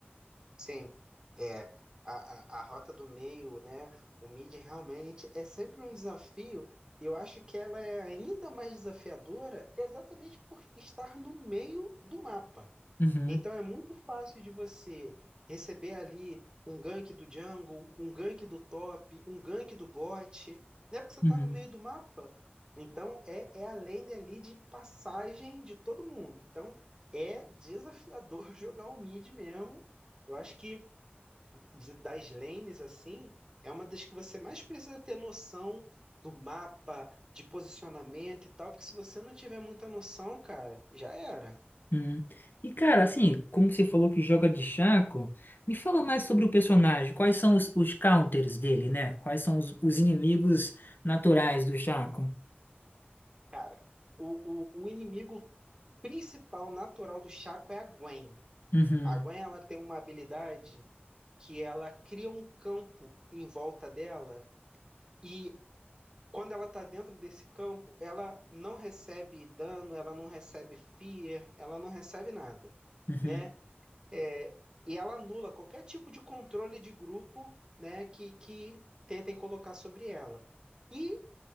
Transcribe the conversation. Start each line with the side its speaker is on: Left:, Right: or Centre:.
Right: Sim, é. A, a, a rota do meio, né? O mid realmente é sempre um desafio. E eu acho que ela é ainda mais desafiadora exatamente por estar no meio do mapa.
Left: Uhum,
Right: Então é muito fácil de você receber ali um gank do jungle, um gank do top, um gank do bot, né? Porque você está
Left: uhum,
Right: no meio do mapa. Então é, é a lane ali de passagem de todo mundo. Então é desafiador <laughs> jogar o mid mesmo. Eu acho que de- das lanes assim, é uma das que você mais precisa ter noção do mapa, de posicionamento e tal, porque se você não tiver muita noção, cara, já era.
Left: Hum. E cara, assim, como você falou que joga de Shaco, me fala mais sobre o personagem. Quais são os, os counters dele, né? Quais são os, os inimigos naturais do Shaco?
Right: Cara, o, o, o inimigo principal natural do Chaco é a Gwen.
Left: Uhum,
Right: A Gwen ela tem uma habilidade que ela cria um campo em volta dela e quando ela tá dentro desse campo, ela não recebe dano, ela não recebe fear, ela não recebe nada,
Left: uhum,
Right: né? É, e ela anula qualquer tipo de controle de grupo, né, que, que tentem colocar sobre ela. E